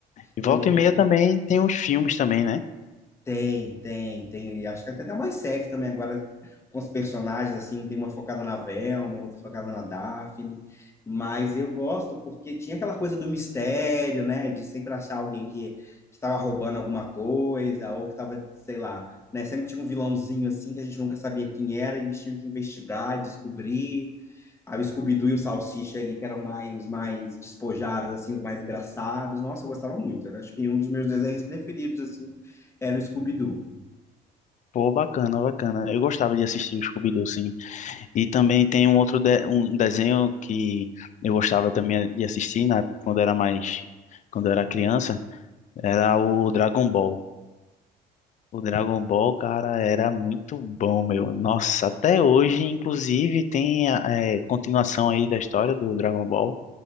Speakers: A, on the left (about 45°); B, on the left (about 15°).
A: E volta
B: Eu amo.
A: e meia também tem os filmes também, né?
B: Tem, tem, tem. Acho que tem até mais séries também agora com os personagens, assim, tem uma focada na Velma, outra focada na Daphne. Mas eu gosto porque tinha aquela coisa do mistério, né? De sempre achar alguém que estava roubando alguma coisa, ou que estava, sei lá, né? Sempre tinha um vilãozinho assim que a gente nunca sabia quem era, e eles tinham que investigar, descobrir. Aí o Scooby-Doo e o Salsicha ali, que eram mais, os mais despojados, assim, os mais engraçados. Nossa, eu gostava muito. eu acho que um dos meus desenhos preferidos, assim, era o Scooby-Doo.
A: Pô, bacana, bacana. Eu gostava de assistir o Scooby-Doo, sim. E também tem um outro de- um desenho que eu gostava também de assistir né? quando era mais, quando eu era criança, era o Dragon Ball. O Dragon Ball, cara, era muito bom, meu. Nossa, até hoje, inclusive, tem a eh, continuação aí da história do Dragon Ball